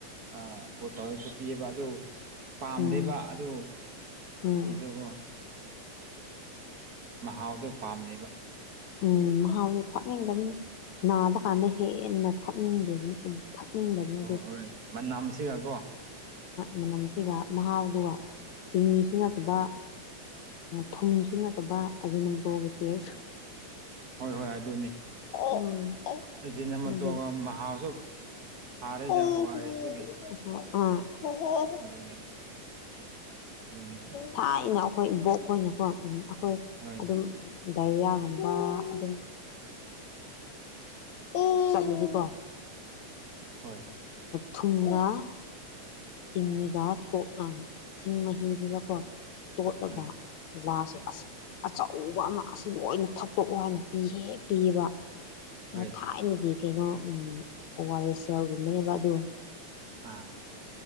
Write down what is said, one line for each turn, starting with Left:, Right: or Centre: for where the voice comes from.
Right: ꯑ ꯣꯇꯥꯔꯁꯨ ꯄꯤꯕꯗꯣ ꯄꯥꯝꯗꯦꯕ
Left: ꯎꯝ
Right: ꯑꯗꯨꯗꯨꯕꯨ
Left: ꯎꯝ
Right: ꯃꯍꯥꯎꯗꯨꯣ ꯄꯥꯝꯅꯦꯕ
Left: ꯎꯝ ꯃꯍꯥꯎꯁꯦ ꯊꯛꯅꯤꯡꯗꯕꯅꯤ ꯅꯥꯕ ꯀꯥꯟꯗ ꯍꯦꯟꯅ ꯊꯛꯅꯤꯡꯗꯦꯕꯅꯤ ꯑꯗꯨ ꯊꯛꯅꯤꯡꯗꯕꯅꯤ
Right: ꯑꯣ ꯍꯣꯏ ꯃꯅꯝꯁꯤꯒ ꯀꯣ
Left: ꯃꯅꯝꯁꯤꯒ ꯃꯍꯥꯎꯗꯨꯒ ꯆꯤꯅꯤꯁꯨ ꯅꯠꯇꯕ
Right: ꯍꯣꯏ
Left: ꯊꯨꯝꯁꯨ ꯅꯠꯇꯕ ꯑꯖꯤꯅꯇꯣꯒꯤ ꯇꯦꯁ
Right: ꯍꯣꯏ ꯍꯣꯏ ꯑꯗꯨꯅꯤ
Left: ꯎꯝ
Right: ꯑꯁꯤꯅ
Left: ꯑꯥ
Right: ꯃꯇꯣ ꯃꯍꯥꯎꯁꯨ ꯐꯥꯔꯦꯗ
Left: <unintelligible>
Right: ꯑꯣ ꯑꯥꯔ ꯑꯦꯁꯇꯒꯤ ꯑꯗꯨꯒꯤꯅꯤ ꯑꯗꯨꯒꯤ
Left: ꯊꯥꯏꯅ ꯑꯩꯈꯣꯏ ꯏꯕꯣꯛꯈꯣꯏꯅꯀꯣ ꯎ ꯑꯩꯈꯣꯏ
Right: ꯍꯣꯏ
Left: ꯑꯗꯨꯝ ꯗꯥꯏꯔꯤꯌꯥꯒꯨꯝꯕ ꯑꯗꯨꯝ ꯎ ꯆꯀꯣ
Right: ꯍꯣꯏ
Left: ꯊꯨꯡꯒꯥ ꯆꯃꯤꯒ ꯇꯣ ꯑ ꯏꯁꯤꯡ ꯃꯍꯤꯗꯨꯗꯀꯣ ꯇꯣꯠꯂꯒ
Right: ꯍꯣꯏ
Left: ꯒ꯭ꯂꯥꯁꯁꯨ ꯑꯆꯧꯕ ꯑꯃ ꯑꯁꯤ ꯂꯣꯏꯅ ꯊꯛꯇꯣꯛꯑꯣ ꯍꯥꯏꯅ ꯄꯤꯍꯦꯛ ꯍꯦꯛ ꯄꯤꯌꯦꯕ
Right: ꯍꯣꯏ
Left: ꯑ ꯊꯥꯏꯅꯒꯤ ꯀꯩꯅꯣ ꯑꯣ ꯑꯥꯔ ꯑꯦꯁ ꯑꯦꯒꯨꯝꯕꯅꯦꯕ ꯑꯗꯨ
Right: ꯑꯥ